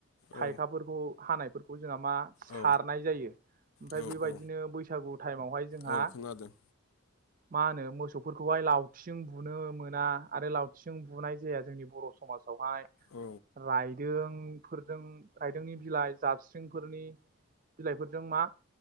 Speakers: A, on the left (about 85°); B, on the right (about 40°).
A: औ
B: थाइखाफोरखौ हानायफोरखौ जोंहा मा सारनाय
A: औ
B: जायो ओमफ्राय
A: औ
B: बेबायदिनो
A: औ
B: बैसागु टाइमावहाय जोंहा
A: औ खोनादों
B: मा होनो मोसौफोरखौहाय लावथिं बुनो मोना आरो लावथिं बुनाय जाया जोंनि बर' समाजाव बावहाय
A: औ
B: रायदों दों फोर जों रायदोंनि बिलाइ जाबस्रिंफोरनि बिलाइफोरजों मा